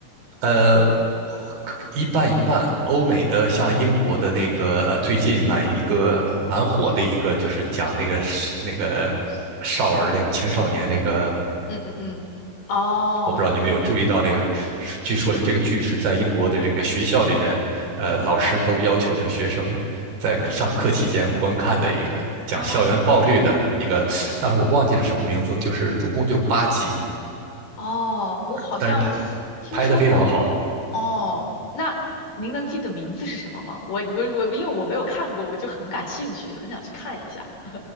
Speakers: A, on the right; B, on the left.
A: 呃，一半一半。欧美的像英国的那个，呃，最近买一个蛮火的一个，就是讲那个是那个少儿那个青少年那个，
B: 嗯嗯嗯，哦
A: 我不知道你们有注意到那个，是据说是这个剧是在英国的这个学校里面，呃，老师都要求这个学生在上课期间观看的一个讲校园暴力的一个，
B: 哦
A: 但是我忘记了什么名字，就是总共就八集，
B: 哦，我好像
A: 但是拍
B: 听说过。
A: 拍的非常好。
B: 哦，那您能记得名字是什么吗？我我我，因为我没有看过，我就很感兴趣，很想去看一下。